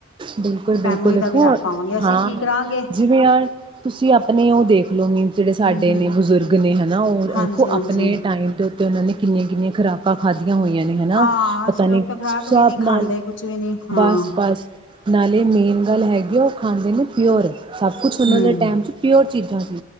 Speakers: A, on the right; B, on the left.
A: ਬਿਲਕੁਲ-ਬਿਲਕੁਲ
B: ਫੈਮਲੀ
A: ਦੇਖੋ
B: ਦਾ ਵੀ ਰੱਖ ਪਾਵਾਂਗੇ ਅਸੀਂ
A: ਹਾਂ
B: ਠੀਕ ਰਹਾਂਗੇ
A: ਜਿਵੇਂ ਯਾਰ ਤੁਸੀਂ ਆਪਣੇ ਉਹ ਦੇਖ ਲਓ ਮੀਨ ਜਿਹੜੇ ਸਾਡੇ
B: ਹੂੰ ਹੂੰ
A: ਨੇ ਬਜ਼ੁਰਗ ਨੇ ਹਨ ਨਾ ਉਹ
B: ਹਾਂਜੀ
A: ਰਖੋ
B: ਹਾਂਜੀ
A: ਆਪਣੇ ਟਾਈਮ ਤੋਂ ਤੇ ਉਹਨਾਂ ਨੇ ਕਿਨੀਆਂ-ਕਿੰਨੀਆਂ ਖੁਰਾਕਾਂ ਖਾਧਆਂ ਹੋਈਆਂ ਨੇ ਹਨਾ
B: ਹਾਂ
A: ਪਤਾ
B: ਅਸੀਂ
A: ਨੀ
B: ਲੋਕ
A: ਹਿਸਾਬ
B: ਤਾਂ ਖੁਰਾਕ ਵੀ ਨਹੀਂ ਖਾਂਦੇ
A: ਨਾਲ
B: ਕੁਛ ਵੀ ਨਹੀਂ ਹਾਂ
A: ਬਸ-ਬਸ ਨਾਲੇ ਮੇਨ ਗੱਲ ਹੈਗੀ ਖਾਂਦੇ ਨੇ ਪਿਓਰ ਸਭ ਕੁਛ ਉਹਨਾਂ
B: ਹੂੰ
A: ਦੇ ਟਾਈਮ ' ਪਿਓਰ ਚੀਜ਼ਾਂ ਸੀ